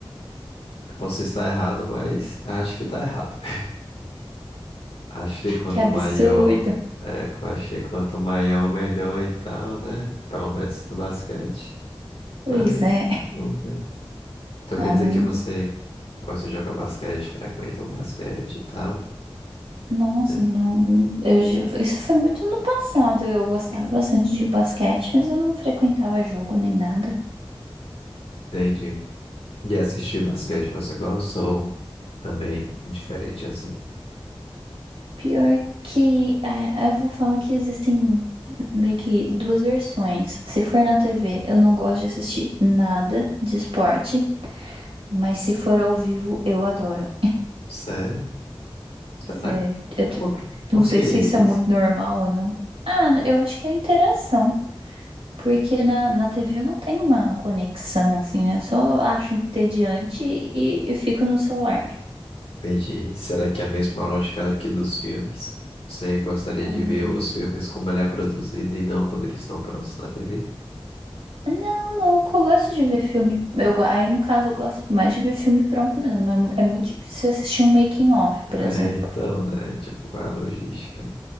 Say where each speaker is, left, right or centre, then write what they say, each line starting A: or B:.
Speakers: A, on the left; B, on the right.
A: Eu Posso estar errado, mas acho que tá errado. <laughs> Acho que quanto
B: Que absurdo.
A: maior, é, eu acho que quanto maior, melhor e tal, né? Pelo menos no basquete.
B: Pois
A: Mas,
B: é.
A: bom, né? Então
B: Ah,
A: quer dizer
B: mas,
A: que você gosta de jogar basquete, frequenta o basquete e tal,
B: nossa,
A: né?
B: não, eu, já- isso foi muito no passado. Eu gostava bastante de basquete, mas eu não frequentava jogo nem nada.
A: Entendi. E assistir basquete você gosta ou também diferente assim?
B: Pior que, ah, eu vou falar que existem meio que duas versões. Se for na TV, eu não gosto de assistir nada de esporte, mas se for ao vivo, eu adoro.
A: Sério? Será?
B: Sério, eu tô-
A: Por que, por
B: não sei
A: que
B: se isso
A: isso?
B: é muito normal ou não. Ah, eu acho que é a interação. Porque na, na TV eu não tenho uma conexão, assim, né? Eu só acho entediante e, e fico no celular.
A: Entendi. Será que é a mesma lógica aqui dos filmes? Você gostaria
B: Então,
A: de ver os filmes como ele é produzido e não quando eles estão prontos na TV?
B: Não, não, que eu gosto de ver filme. Eu, go- aí, no caso, eu gosto mais de ver filme pronto mesmo. É, é muito difícil assistir um making-of, por
A: É,
B: exemplo.
A: então, né? Tipo, qual é a logística?